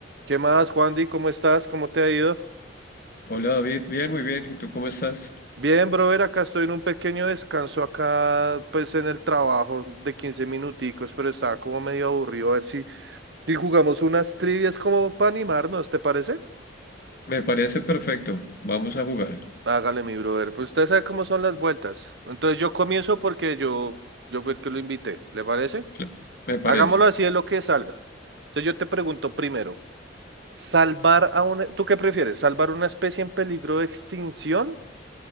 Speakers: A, on the right; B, on the left.
A: ¿Qué más, Juandi? ¿Cómo estás? ¿Cómo te ha ido?
B: Hola David, bien, muy bien. ¿Y tú cómo estás?
A: Bien, brother, acá estoy en un pequeño descanso acá, pues en el trabajo de 15 minuticos, pero estaba como medio aburrido. A ver si, si jugamos unas trivias como para animarnos, ¿te parece?
B: Me parece perfecto. Vamos a jugar.
A: Hágale, mi brother. Pues usted sabe cómo son las vueltas. Entonces yo comienzo porque yo, yo fui el que lo invité, ¿le parece?
B: Cl- Me parece.
A: Hagámoslo así de lo que salga. Entonces yo te pregunto primero, ¿salvar a una... ¿Tú qué prefieres? ¿Salvar una especie en peligro de extinción